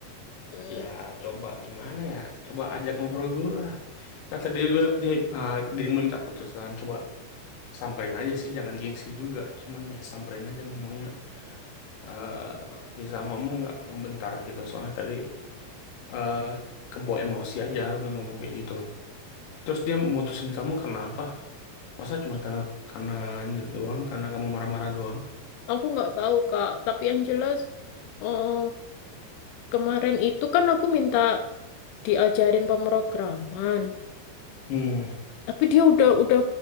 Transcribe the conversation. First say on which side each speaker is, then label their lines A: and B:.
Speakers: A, on the left (about 85°); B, on the left (about 70°).
A: Hmm,
B: Ya, coba gimana ya? Coba ajak ngobrol dulu lah. Kata dia dia, dia ah, dirimu minta putus kan? Coba samperin aja sih, jangan gengsi juga. Cuman ya samperin aja ngomongnya. eh bisa ngomong nggak ngebentar gitu. Soalnya tadi eh kebawa emosi aja, bilang ngomong kayak gitu. Terus dia mutusin kamu karena apa? Masa cuma karena karena ini doang, karena kamu marah-marah doang?
A: Aku nggak tahu kak, tapi yang jelas em, kemarin itu kan aku minta diajarin pemrograman.
B: Hmm,
A: Tapi dia udah udah